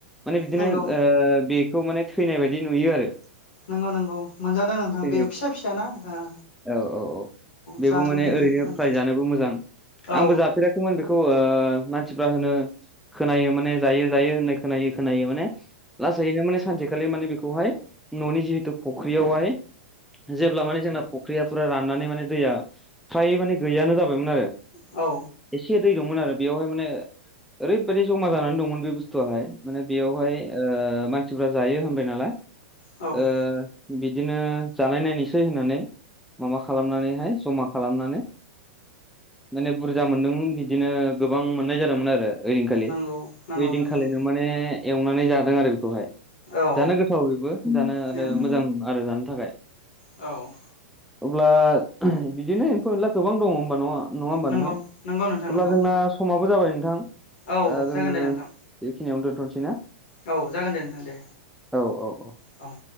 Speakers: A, in the centre; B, on the left.
A: माने बिदिनो
B: नंगौ
A: ओ बेखौ माने थैनाय बायदि नुयो आरो
B: नंगौ नंगौ मोनजादों नोंथां
A: थैनाय
B: बे फिसा फिसाना ओ।
A: औ औ औ बेबो
B: जादो
A: माने
B: नोंथां
A: ओरैनो
B: माने
A: प्राइजानोबो मोजां
B: औ
A: आंबो जाफेराख खौमोन मानसिफ्रा होनो खोनायो माने जायो जायो होननो खोनायो खोनायो माने लासैनो माने सानसेखालि माने बेखौहाय न'नि जिहेतु फुख्रियावहाय जेब्ला माने जोंना फख्रियाफोरा राननानै माने दैया फ्राय माने गैयानो जाबायमोन आरो
B: औ
A: एसे दै दंमोन आरो बेयावहाय माने ओरैबायदि जमा जानाय नानै दंमोन बे बुस्थुआहाय माने बेयावहाय ओ मानसिफ जायो होनबाय नालाय
B: औ औ
A: ओ बिदिनो जानाय नायनोसै होननानै माबा खालामनानैहाय जमा खालामनानै माने बुरजा मोन्दों बिदिनो गोबां मोननाय जादोंमोन आरो ओरैनोखालि
B: नंगौ नंगौ
A: वेदिं
B: नंगौ
A: खालामलायनो माने एवनानै जादों आरो बेखौहाय।
B: औ
A: जानो गोथाव बेबो जानो आरो
B: नंगौ
A: मोजां आरो जानो थाखाय।
B: औ
A: अब्ला बिदिनो एम्फौ एनला गोबां दङ होनोमबा नङा नङा होमबा
B: नंगौ
A: नोंथां
B: नंगौ नोंथां
A: अब्ला
B: नंगौ
A: जोंना समाबो जाबाय नोंथां।
B: औ
A: दा जोङो
B: जागोन दे नोंथां
A: बेखिनियावनो दोनथ'सै ना?
B: औ जागोन दे नोंथां दे
A: औ औ औ
B: औ